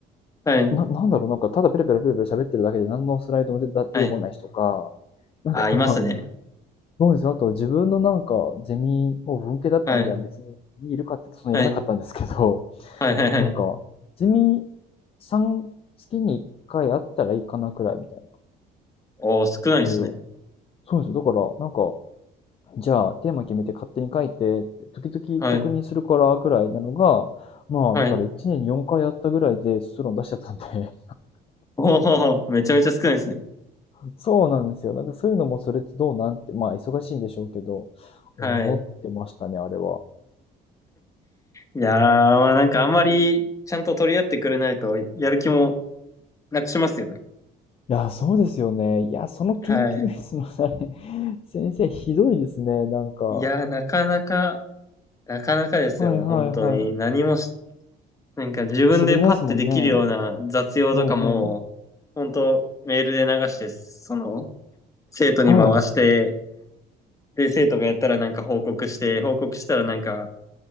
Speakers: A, on the left (about 20°); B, on the left (about 35°).
A: はい、
B: な、なんだろう、なんかただペラペラペラペラ喋ってるだけで何のスライドも出て出てこない人とか、
A: はい。
B: なんか
A: あ、いますね。
B: ど <laughs> うですよ。あと自分のなんかゼミ、もう文系だったんで、
A: はい、
B: 別にいるかって言うとそのいらなかったんですけど、
A: はい、はい、はい、はい。
B: なんか、ゼミさん月に1回あったらいいかなくらいみたいな。
A: おー、少ないですね。
B: で、そうですよ。だから、なんか、じゃあ、テーマ決めて勝手に書いて時々確認するからぐらいなのが、
A: はい、
B: まあ、
A: はい。
B: だから1年に4回やったぐらいで卒論出しちゃったんで、<laughs>
A: おー、めちゃめちゃ少ないですね。
B: なんかそうなんですよ。なんかそういうのもそれってどうなんて、まあ、忙しいんでしょうけど、
A: はい。
B: 思ってましたね、あれは。
A: いやー、まあなんかあんまりちゃんと取り合ってくれないと、やる気もなくしますよね。
B: いや、そうですよね。いや、その研究室のあれ、
A: はい。
B: <laughs> 先生ひどいですね、なんか。
A: いやー、なかなか、なかなかですよ、
B: はいはいはい。
A: 本当に。何もしなんか自分でパッてできるような雑用とかも、
B: してくれないですもんね。うんうん。
A: 本当メールで流して、その、生徒に回して、
B: は
A: で、生徒がやったらなんか報告して、報告したらなんか、